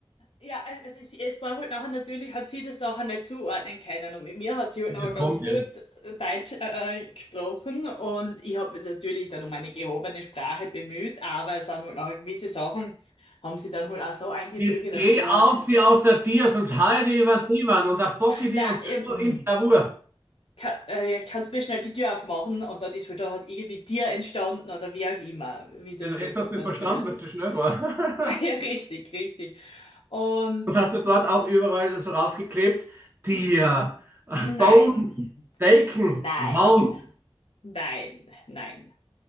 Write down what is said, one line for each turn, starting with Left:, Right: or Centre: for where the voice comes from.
Left: Ja, es, es, es war halt nachher natürlich, hat sie das nachher nicht zuordnen können. Und mit mir hat sie halt
Right: Das
Left: nachher ganz
Right: kommt
Left: gut
Right: jetzt.
Left: Deutsch äh, äh, gesprochen und ich habe mich natürlich dann um eine gehobene Sprache bemüht, aber es sind halt nachher gewisse Sachen, haben sie dann halt auch so eingebürgert,
Right: Jetzt geh
Left: aber sie
Right: aus,
Left: hat,
Right: sie aus der Tier, sonst heide ich über die Wand und da bocke ich
Left: na,
Right: die und
Left: ähm,
Right: sto- ins Lavur.
Left: kann, äh, ja, kannst mir schnell die Tür aufmachen und dann ist halt da halt irgendwie Tier entstanden oder wie auch immer, wie das
Right: Den Rest
Left: halt so
Right: hast du
Left: passiert.
Right: nicht verstanden, weil du schnell war.
Left: <laughs> Ja,
Right: <laughs>
Left: richtig, richtig. Und
Right: Und hast du dort auch überall so raufgeklebt? Tier,
Left: nein,
Right: Boden, Decken,
Left: nein,
Right: Wand.
Left: nein, nein.